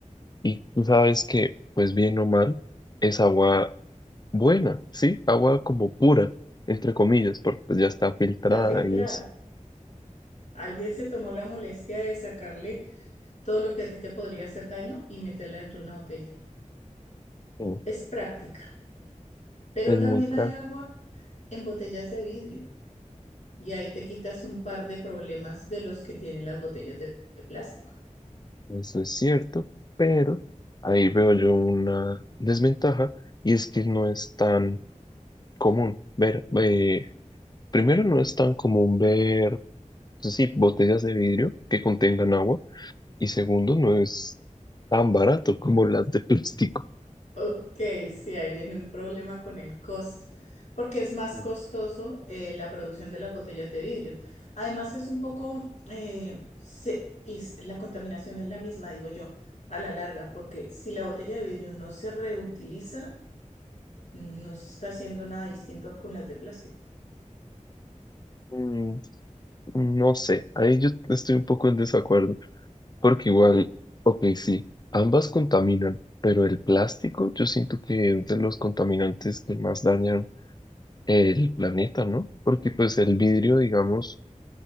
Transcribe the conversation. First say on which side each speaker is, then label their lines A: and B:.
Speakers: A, on the left (about 30°); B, on the left (about 65°).
A: y tú sabes que, pues bien o mal, es agua buena, ¿sí? Agua como pura, entre comillas, porque pues ya está filtrada
B: está filtrada.
A: y es...
B: Alguien se tomó la molestia de sacarle todo lo que a ti te podría hacer daño y meterla dentro de una botella.
A: eh,
B: Es práctica, pero
A: Es
B: también
A: muy práctico,
B: hay agua en botellas de vidrio y ahí te quitas un par de problemas de los que tienen las botellas de de plástico.
A: eso es cierto, pero ahí veo yo una desventaja y es que no es tan común ver, eh, primero no es tan común ver, pues sí, botellas de vidrio que contengan agua y segundo no es tan barato como las de plástico.
B: Ok, sí, ahí viene un problema con el costo, porque es más
A: Ujú.
B: costoso eh, la producción de las botellas de vidrio. Además, es un poco, eh, se- y s- la contaminación es la misma, digo yo, a la larga, porque si la botella de vidrio no se reutiliza, no se está haciendo nada distinto con las de plástico.
A: Mm, no sé, ahí yo estoy un poco en desacuerdo, porque igual, ok, sí, ambas contaminan, pero el plástico yo siento que es de los contaminantes que más dañan el planeta, ¿no? Porque pues el vidrio, digamos,